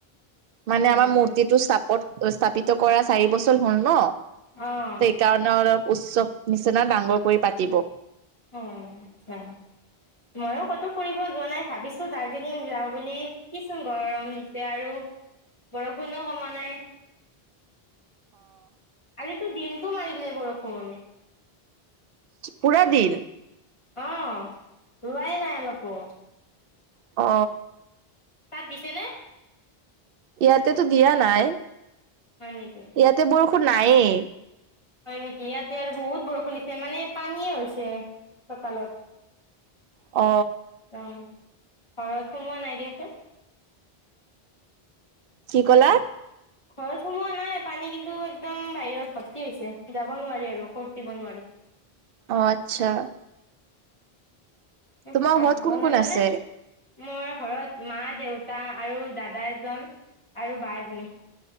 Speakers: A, on the right (about 65°); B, on the left (about 30°).
A: মানে
B: হয়
A: আমাৰ
B: নেকি?
A: মূৰ্তিটো চাপত স্থাপিত কৰা চাৰি বছৰ হ'ল ন
B: অ'।
A: সেইকাৰণে অলপ উৎসৱ নিচিনা ডাঙৰ কৰি পাতিব
B: অ আচ্ছা ময়ো ক'তো ফুৰিব যোৱা নাই ভাবিছো দাৰ্জিলিং যাওঁ বুলি একেচোন গৰম দিছে আৰু বৰষুণো কমোৱা নাই আজিতো দিনটো মাৰিলে বৰষুণ
A: পুৰা দিন
B: অ ৰোৱাই নাই অলপো
A: অ
B: তাত দিছে নে
A: ইয়াতেতো দিয়া নাই
B: হয় নেকি
A: ইয়াতে বৰষুণ নাইয়ে
B: হয় নেকি ইয়াতে আৰু বহুত বৰষুণ দিছে মানে পানীয়ে হৈছে চোতালত
A: অ।
B: অ, ঘৰত সোমোৱা নাই দিয়াচোন।
A: কি কলা?
B: ঘৰত সোমোৱা নাই পানী কিন্তু একদম বাহিৰত ভৰ্তি হৈছে যাব নোৱাৰি আৰু খোজ দিব নোৱাৰি।
A: অ আচ্ছা।
B: ভাত
A: তোমাৰ ঘৰত কোন
B: বনালানে?
A: কোন আছে?
B: মোৰ ঘৰত মা, দেউতা আৰু দাদা এজন আৰু বা এজনী।